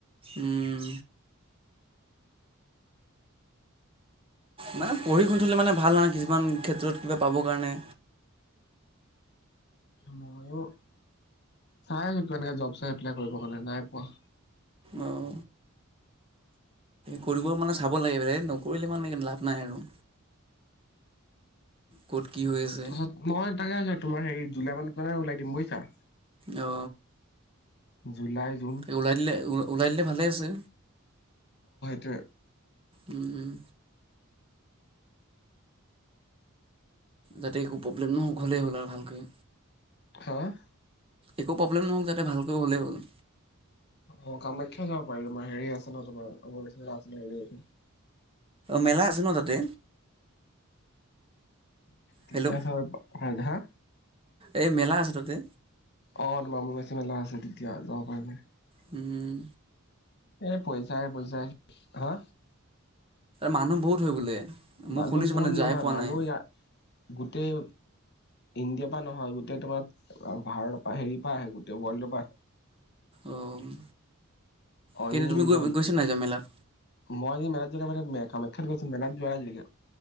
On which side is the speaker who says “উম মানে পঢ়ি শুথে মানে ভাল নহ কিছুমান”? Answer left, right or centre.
Right